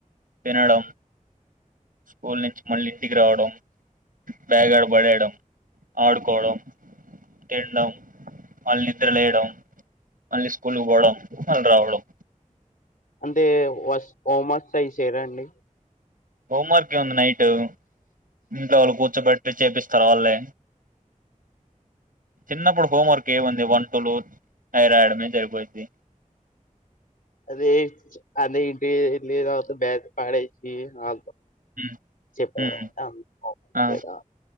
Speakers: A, on the right (about 85°); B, on the left (about 80°).
A: తినడం స్కూల్ నుంచి మళ్ళీ ఇంటికి రావడం బ్యాగ్ అడా పడేయడం ఆడుకోవడం తినడం అళ్ళిన్ ద్ర లేయడం మళ్ళీ స్కూల్కి పోవడం మళ్ళీ రావడం
B: అంటే వ హోమస్ ట్రై చేయరా అండి
A: హోమ్వార్క్ ఏముంది నైట్ ట్టేవ్ ఇంట్లో వాళ్ళు కూర్చోబెట్ లేద్ చేపిస్తారు ఆళ్ళే చిన్నప్పుడు హోం వర్క్ ఏముంది వన్ టూలు హై రాయడమే జరిపోద్ది.
B: అరేయ్ ఆ నే ఇంటివోయి నీళ్ళు తాగొత్తా <unintelligible> ఆ
A: ఉమ్,
B: చెప్పదంట
A: ఉమ్,
B: ఆ
A: ఆ
B: వేదా